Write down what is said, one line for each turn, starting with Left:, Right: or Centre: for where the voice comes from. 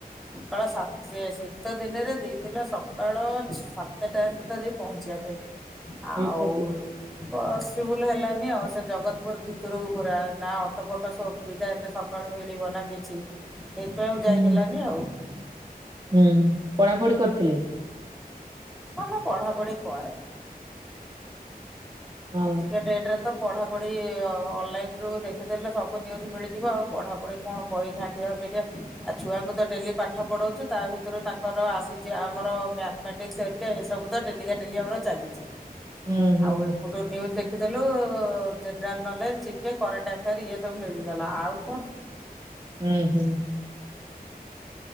Centre: ସକାଳ ସାତ୍ ସେ ଶୀତ ଦିନେରେ ଦେଇଥିଲା ସକାଳ ସାତଟା ସୁଦ୍ଧା ଯାଇ ପହଞ୍ଚିବା ପାଇଁ। ଆଉ
Right: ରିପୋର୍ଟିଂ
Centre: ଇଏ ପସିବୁଲ ହେଲାନି ଆଉ ସେ ଜଗତପୁର ଭିତୁରୁକୁ ପୁରା ନା ଅଟୋ ଫୋଟୋ ସୁବିଧା ସକାଳୁ ମିଳିବ ନା କିଛି ସେଇଥିପାଇଁ ଆଉ ଯାଇ
Right: ହୁଁ
Centre: ହେଲାନି ଆଉ।
Right: ହୁଁ, ପଢାପଢି କରିଥିଲେ?
Centre: ହଁ ମୁଁ ପଢା ପଢି କରେ।
Right: ହଁ
Centre: ଆଜିିକା ଡେଟ୍ ରେ ତ ପଢା ପଢି ଅନଲାଇନ୍ ରୁ ଦେଖିଦେଲେ ସବୁ ନ୍ୟୁଜ ମିଳିଯିବ। ଆଉ ପଢାପଢି କଣ ବହି ଘାଣ୍ଟିବା ଅପେକ୍ଷା ଆଉ ଛୁଆଙ୍କୁ ତ ଡେଲି ପାଠ ପଢଉଛୁ ତା ଭିତରୁ ତାଙ୍କର ଆସିଛି ଆମର ମ୍ୟା ମ୍ୟାଟ୍ରିକ ସରିକି ଆଉ ଏସବୁ ତ ଡେଲିକା ଡେଲିକା ଏଗୁରା ଚାଲୁଚି।
Right: ହୁଁ ହୁଁ
Centre: ଆଉ ଏପଟୁ ଯୋଉ ନ୍ୟୁଜ୍ ଦେଖିଦେଲୁ general knowledge, GK, current affair ଇଏ ସବୁ ମିଳିଗଲା। ଆଉ କଣ?
Right: ହୁଁ ହୁଁ।